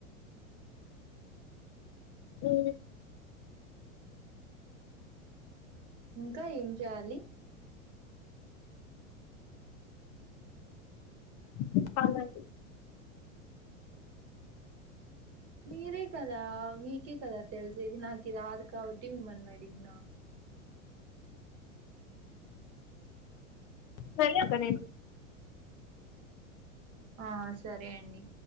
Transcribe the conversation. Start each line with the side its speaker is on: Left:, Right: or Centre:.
Left: ఉ
Right: ఇంకా ఏం చేయాలి
Left: చెప్పాలండి
Right: మీరే కదా మీకే కదా తెలిసేది నాకి రాదు కాబట్టి మిమ్మల్ని అడిగిన
Left: చెయ్య అక్క నేన్
Right: ఆ సరే అండి